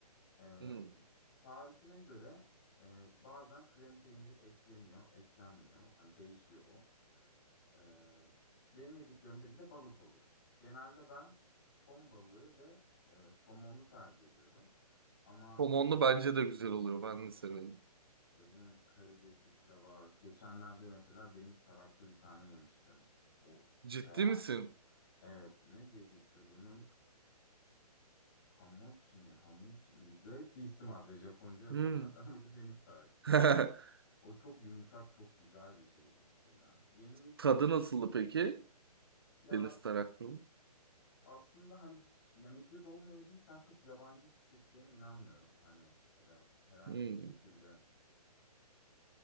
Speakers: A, on the left (about 30°); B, on the right (about 35°).
A: Ee,
B: Hmm.
A: tarifine göre e, bazen krem peynir ekleniyor, eklenmiyor. Hani değişiyor o. Ee, benim yediklerimde bir de balık oluyor. Genelde ben ton balığı ve e, somonu tercih ediyorum. Ama
B: Somonlu
A: işte bunun
B: bence de güzel oluyor. Ben de seviyorum.
A: işte bunun karideslisi de var. Geçenlerde mesela deniz taraklı bir tane yemiştim. O
B: Ciddi
A: veya
B: misin?
A: evet ne diye geçiyordu onun? Hamochi mi? Hamichi mi? Garip bir ismi var bir de Japonca ya
B: Hmm.
A: bunlar. <laughs> Ama işte deniz taraklı.
B: <laughs>
A: O çok yumuşak, çok güzel bir şeydi mesela. Yengeçleri
B: Tadı nasıldı peki?
A: ya
B: Deniz taraklı mı?
A: aslında hani hiç ya midye dolma yediysen çok yabancı hissedeceğine inanmıyorum. Hani ya da herhangi
B: Hmm.
A: bir şekilde